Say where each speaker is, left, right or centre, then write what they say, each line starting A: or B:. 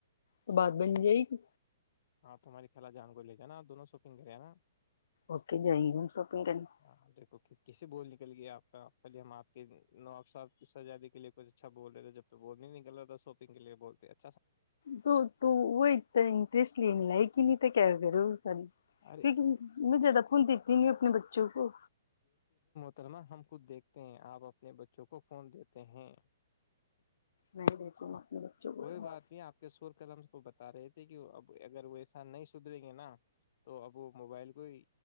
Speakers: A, on the left; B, on the left.
A: تو بات بن جائے گی
B: ہاں تو ہمارے خل جان گو لے جانا دونوں شاپنگ کرے نا
A: اوکے جائیں گے ہم شاپنگ کرنے
B: ہاں دیکھو کیسے بول نکل گیا آپ کا خے ہم آپ کے نو سزادی کے لیے کچھ بول رہے تھے جب تو بول نہیں نکلتا تھا ساپنگ کےے بولتے تھ
A: تو تو وہ اتنا انٹرسٹ لنے ل کہ نہیں کیا کرو کیونک
B: ارے
A: میں زیادہ فون دیتی نہیں ہوں اپنے بچوں کو
B: ترما ہم خود دھ آپ اپنے بچوں کو فون دیتے ہیں
A: میں دیتی ہوں اپنے بچوں کو
B: کوئی بات نہیں آپ کے شور قلم کو بتا رہے تھے کہ اب اگر وہ ایسا نہیں سدریں گے نا تو اب وہ موبائل کو